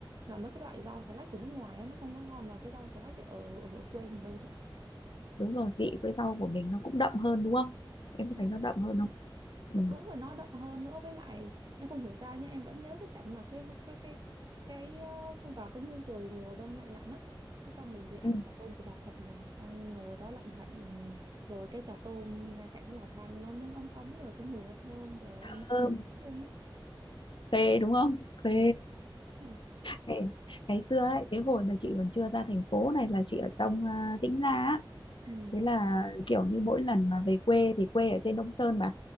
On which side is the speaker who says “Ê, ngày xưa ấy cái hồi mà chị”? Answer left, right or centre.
Left